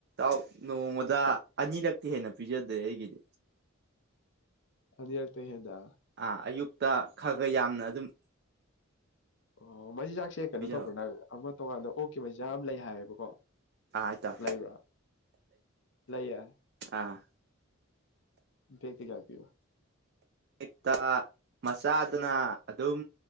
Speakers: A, on the right; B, on the left.
A: ꯥꯎ ꯅꯣꯡꯃꯗ ꯑꯅꯤꯔꯛꯇꯤ ꯍꯦꯟꯅ ꯄꯤꯖꯗꯦ ꯑꯩꯒꯤꯗꯤ
B: ꯍꯟ ꯌꯦꯔ ꯇꯥꯏ ꯌꯦꯦꯟꯗ
A: ꯑꯥ ꯑꯌꯨꯛꯇ ꯈꯔ ꯈꯔ ꯌꯥꯝꯅ ꯑꯗꯨꯝ
B: ꯑꯣ ꯃꯆꯤꯟꯖꯥꯛꯁꯦ ꯀꯩꯅꯣ
A: ꯄꯤꯖꯕ
B: ꯇꯧꯕ꯭ꯔꯥ ꯅꯪ ꯑꯃ ꯇꯣꯡꯉꯥꯟꯗ ꯑꯣꯛꯀꯤ ꯃꯆꯖꯥꯛ ꯌꯥꯝ ꯂꯩ ꯍꯥꯏꯌꯦꯕꯀꯣ
A: ꯑ ꯑ ꯇ
B: ꯂꯩꯕ꯭ꯔꯥ ꯂꯩꯌꯦ
A: ꯑꯥ
B: ꯂꯩ ꯀ ꯌꯥ ꯄꯌꯣ
A: ꯑꯛꯇ ꯃꯆꯥꯗꯨꯅ ꯑꯗꯨꯝ